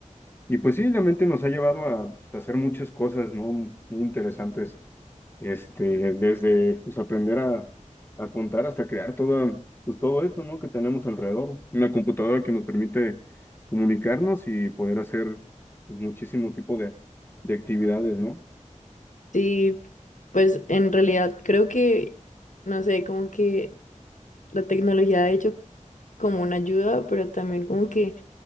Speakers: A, on the left; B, on the left.
A: y, y pues sí, la mente nos ha llevado a hacer muchas cosas, ¿no? Muy interesantes, este, desde pues aprender a, a contar hasta crear todo pues todo esto, ¿no? Que tenemos alrededor, una computadora que nos permite comunicarnos y poder hacer pues, muchísimo tipo de, de actividades, ¿no?
B: Sí, pues en realidad creo que, no sé, como que la tecnología ha hecho como una ayuda, pero también como que